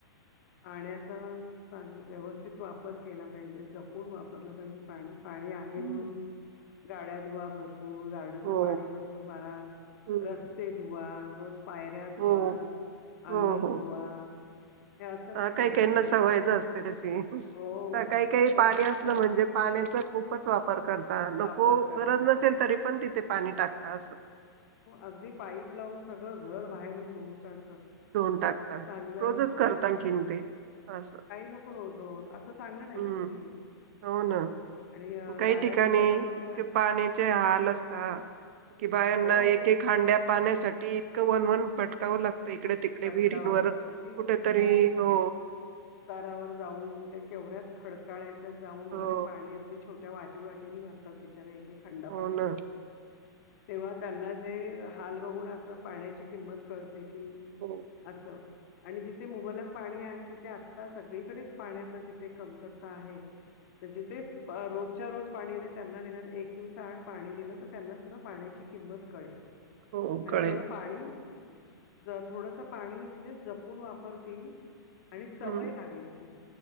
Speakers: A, on the left; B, on the right.
A: पाण्याचा चांग व्यवस्थित वापर केला पाहिजे. जपून वापरलं पाहिजे पाणी. पाणी आहे
B: हम्म,
A: म्हणून गाड्या धुवा भर पूल, गार्डन
B: हो
A: ला पाणी भरपूर मारा,
B: हम्म
A: रस्ते धुवा. रोज पायऱ्या धुवा,
B: हो हो
A: अंगण
B: हो.
A: धुवा. हे असं नाही
B: हा
A: करायला
B: काही काहीना
A: पाहिजे
B: सवयचं असते तशी,
A: हो
B: काही काही
A: मस्त
B: पाणी असलं म्हणजे पाण्याचा खूपच वापर करता. नको
A: वापर करतात
B: गरज नसेल तरी पण तिथे पाणी टाकता अस.
A: अगदी पाईप हो सगळं घर बाहेरून धुऊन काढतात.
B: धुऊन टाकता
A: चांगलं
B: रोजच
A: अ
B: करता आणखीन ते. असं
A: लोक रोज हो असं चांगलं नाही
B: हम,
A: ना पण हे
B: हो ना
A: आणि अ,
B: काही
A: गाड्या
B: ठिकाणी
A: धुताना पण
B: इतके
A: त्या
B: पाण्याचे हाल असता की बायाना
A: हो
B: एक एक हंडा पाण्या साठी इतकं वन वन भटकावं लागतं. इकडे तिकडे
A: भटकावा
B: विहिरींवर.
A: लागतं. किती
B: कुठेतरी
A: खोल
B: हो
A: उतारावर जाऊन ते केवढ्या खडकाळ्या त्यात जाऊन वगैरे
B: हो
A: पाणी अगदी छोट्या वाट वाटी वाटीनी भरतात बिचारी एक एक थंड
B: हो
A: पाणी
B: ना
A: तेव्हा त्यांना जे हाल बघून असं पाण्याची किंमत कळते की,
B: हो
A: असं. आणि जिथे मुबलक पाणी आहे. तिथे आता सगळीकडेच पाण्याचा जिथे कमतरता आहे, तर जिथे रोजच्या रोज पाणी त्यांना निदान एक दिवसाआड पाणी दिलं, तर त्यांना सुद्धा पाण्याची किंमत कळेल.
B: हो
A: आणि
B: कळेल
A: थोडं पाणी अ थोडसं पाणी म्हणजे जपून वापरतील. आणि सवय
B: हम्म.
A: लागेल ती.